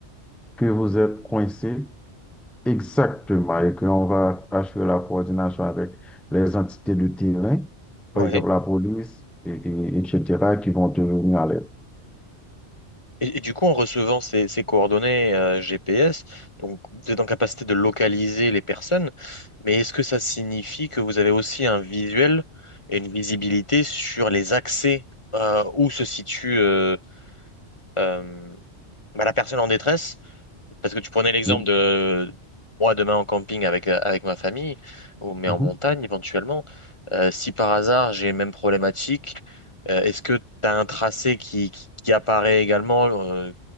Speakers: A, in the centre; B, on the left.
A: que vous êtes coincé exactement et qu'on va assurer la coordination avec les entités de terrain, par
B: ouais.
A: exemple la police, et, et- etc., qui vont te venir à l'aide.
B: Et, et du coup, en recevant ces, ces coordonnées euh, GPS, donc vous êtes en capacité de localiser les personnes, mais est-ce que ça signifie que vous avez aussi un visuel et une visibilité sur les accès euh, où se situe euh, euh, bah, la personne en détresse? Parce que tu prenais l'exemple
A: Mhm.
B: de moi demain en camping avec, euh, avec ma famille, ou mais
A: Mhm.
B: en montagne éventuellement. euh, si par hasard j'ai les mêmes problématiques, euh, est-ce que tu as un tracé qui, qui, qui apparaît également, euh,